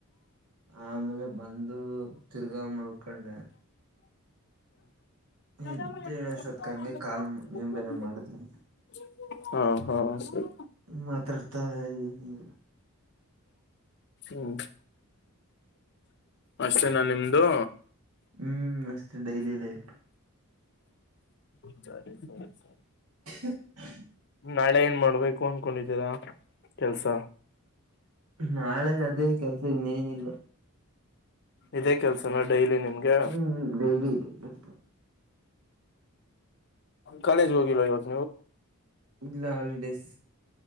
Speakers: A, on the right; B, on the left.
A: ಆಮೇಲೆ ಬಂದು ತಿರ್ಗಾ ಮಲ್ಕೊಂಡೆ
B: ಹ್ಮು <unintelligible>
A: ಎದ್ದೇಳಷ್ಟೊತ್ಕ ಹಂಗೆ ಕಾಲ್ ನೀವ್ ಬೇರೆ ಮಾಡಿದ್ರಿ
B: ಹಾ ಹಾ ಸರ್
A: ಮಾತಾಡ್ತಾ ಇದಿನಿ.
B: ಹ್ಮ್ ಅಷ್ಟೇನಾ ನಿಮ್ದು.
A: ಹ್ಮ್ ಅಷ್ಟೇ ಡೈಲಿ ಲೈಫು.
B: <unintelligible>
A: <unintelligible>
B: ನಾಳೆ ಏನ್ ಮಾಡ್ಬೇಕು ಅನ್ಕೊಂಡಿದ್ದೀರಾ ಕೆಲ್ಸ.
A: ನಾಳೆ ಅದೇ ಕೆಲ್ಸ ಇನ್ನೇನಿಲ್ಲ.
B: ಇದೇ ಕೆಲ್ಸನ ಡೈಲಿ ನಿಮ್ಗೆ.
A: ಹ್ಮ್ ಡೈಲಿ ಇದೆ ಕೆಲ್ಸ
B: ಕಾಲೇಜ್ ಹೋಗಿಲ್ಲ ಇವತ್
A: ಇಲ್ಲ ಹಾಲಿಡೇಸ್.